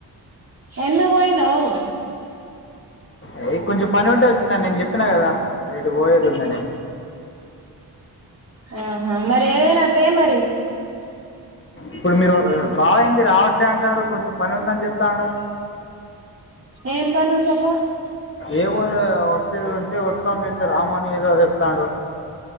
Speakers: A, on the right; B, on the left.
A: ఎందుకు పోయనావు
B: అ కొంచెం పని ఉంటే వచ్చినని నేను చెప్పినా కదా ఇటు పోయేది ఉందని
A: ఆహా మరి ఏదైనా తే మరి
B: ఇప్పుడు మీరు బావైంది రావట్లే అంటాడు కొంచెం పని ఉందని చెప్తాడు
A: ఏం పని ఉం <unintelligible>
B: ఏమో వస్తేది ఉంటే వస్తాం లేదు రామని ఏదో చెప్తాడు